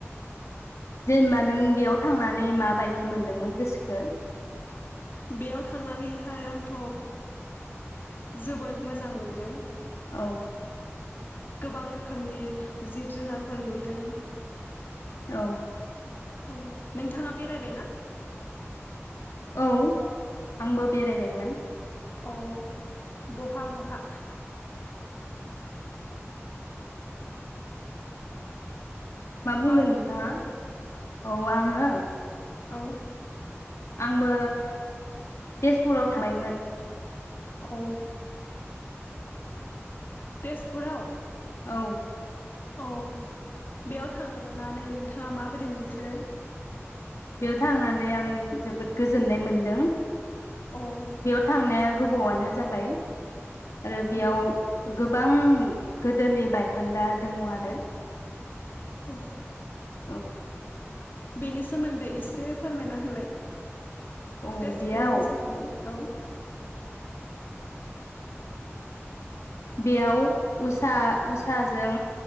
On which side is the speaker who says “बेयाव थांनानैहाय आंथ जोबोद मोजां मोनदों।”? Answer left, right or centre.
Left